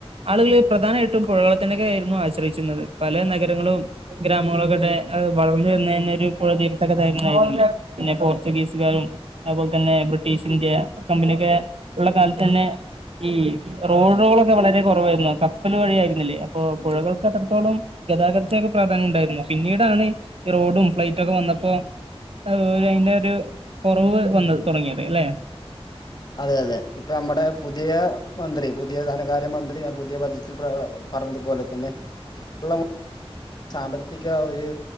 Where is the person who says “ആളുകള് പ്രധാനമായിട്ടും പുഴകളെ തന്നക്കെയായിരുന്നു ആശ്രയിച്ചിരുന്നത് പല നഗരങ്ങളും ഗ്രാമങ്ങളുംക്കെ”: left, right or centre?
Right